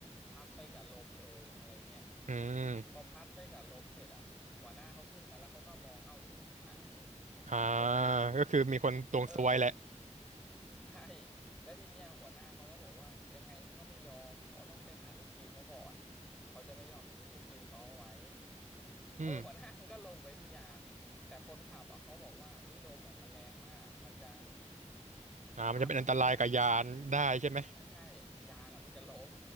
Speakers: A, in the centre; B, on the right.
A: พัดไปกับลมเลยอะไรเงี้ย
B: อืม
A: พอพัดไปกับลมเสร็จอะหัวหน้าเขาขึ้นมาแล้วเขาก็มองเอ้าลูกทีมหาย
B: อ่า
A: คนหนึ่ง
B: ก็คือมีคนดวงซวยแหละ
A: เออ ใช่แล้วทีเนี้ยหัวหน้าเขาก็บอกว่ายังไงเขาก็ไม่ยอมเขาต้องไปหาลูกทีมเขาก่อนเขาจะไม่ยอมทิ้งลูกทีมเขาเอาไว้
B: อืม
A: เออหัวหน้ามันก็ลงไปที่ยานแต่คนขับอ่ะเขาบอกว่าเอ้ยลมอ่ะมันแรงมากมันจะ
B: อ่ามันจะเป็นอันตรายกับยานได้ใช่ไหม
A: พัดให้อ่ะอ่ะใช่ยานอ่ะมันจะล้ม